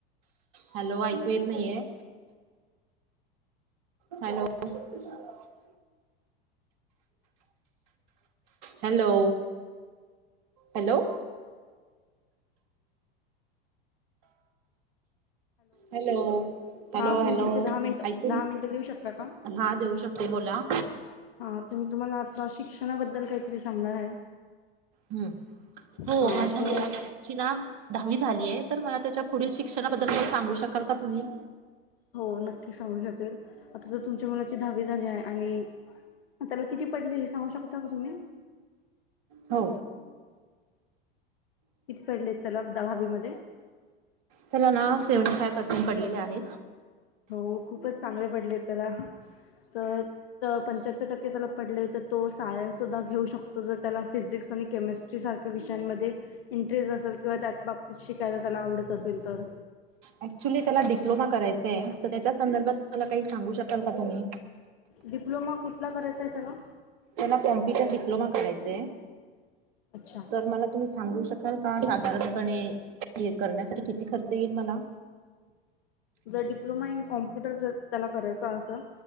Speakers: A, on the right; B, on the left.
A: हॅलो ऐकू येत नाहीये? हॅलो. <inaudible> हॅलो. हॅलो? हॅलो. हॅलो
B: हा
A: हॅलो
B: तुम्ही तुमचे दहा मिनिट
A: ऐकू
B: दहा
A: ना-
B: मिनिटं देऊ शकता का
A: हा देऊ शकते बोला.
B: हा. तर मी तुम्हाला आता शिक्षणाबद्दल काहीतरी सांगणार आहे.
A: हम्म. हो
B: हा
A: माझ्या
B: तर
A: मुला- - ची ना दहावी झालीय. तर मला त्याच्या पुढील शिक्षणाबद्दल काही सांगू शकाल का तुम्ही?
B: हो नक्की सांगू शकेल. आता जर तुमच्या मुलाची दहावी झाली आहे आणि- त्याला किती पडले हे सांगू शकता का तुम्ही?
A: हो.
B: किती पडले आहेत त्याला दहावीमध्ये?
A: त्याला ना सेव्हन्टी फाय पर्सेंट पडलेले आहेत.
B: हो खूपच चांगले पडलेत त्याला. तर- तर पंच्याहत्तर टक्के त्याला पडले तर तो सायन्स सुद्धा घेऊ शकतो जर त्याला फिजिक्स आणि केमिस्ट्री- सारख्या विषयांमध्ये इंटरेस्ट असेल किंवा त्या बाबतीत शिकायला त्याला आवडत असेल तर-
A: ऍक्च्युली त्याला डिप्लोमा करायचाय. तर त्याच्या संदर्भात मला काही सांगू शकाल का तुम्ही?
B: डिप्लोमा कुठला करायचा आहे त्याला?
A: त्याला कॉम्प्युटर डिप्लोमा करायचाय.
B: अच्छा
A: तर मला तुम्ही सांगू शकाल का? साधारणपणे- हे करण्यासाठी किती खर्च येईल मला?
B: जर डिप्लोमा इन कॉम्प्युटर जर त्याला करायच असं-